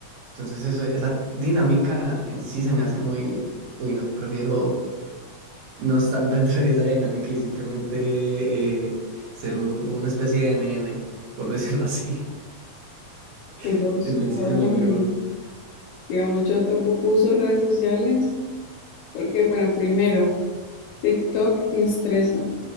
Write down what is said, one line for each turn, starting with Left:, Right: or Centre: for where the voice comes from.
Right: Entonces eso, esa dinámica en sí se me hace muy, uy, no, prefiero no estar <laughs> dentro de esa dinámica y simplemente eh, ser un- una especie de NN, por decirlo así.
Left: Los
Right: <laughs>
Left: dos,
Right: Es muchísimo
Left: los dos son lo
Right: mejor.
Left: mismo. Digamos, yo tampoco uso redes sociales porque, bueno, primero, TikTok me estresa,